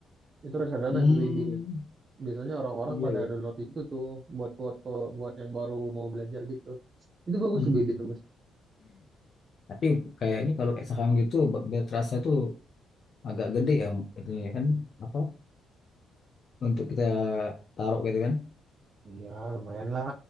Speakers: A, on the right; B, on the left.
A: Itu reksadana
B: Hmm,
A: itu bibit. Biasanya orang-orang
B: iya
A: pada
B: ya.
A: download itu tuh buat foto, buat yang baru mau belajar gitu. Itu bagus
B: Mm-mm.
A: tuh bibit tuh, mas.
B: Tapi kayaknya kalau kayak saham gitu, b- biar terasa itu agak gede ya, itu ya kan apa? Untuk kita taruh gitu kan?
A: Iya, lumayan lah.